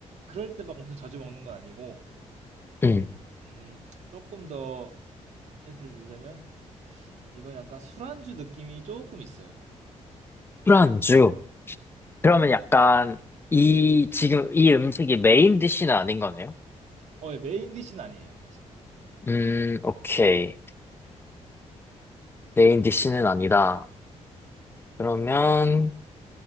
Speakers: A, on the right; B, on the left.
A: 그럴 때 막 엄청 자주 먹는 건 아니고
B: 음.
A: 음, 조금 더 힌트를 드리자면 이건 약간 술안주 느낌이 조금 있어요.
B: 술안주. 그러면 약간 이, 지금 이 음식이 메인 디쉬는 아닌 거네요?
A: 어, 예, 메인 디시는 아니에요.
B: 음, 오케이. 메인 디쉬는 아니다. 그러면,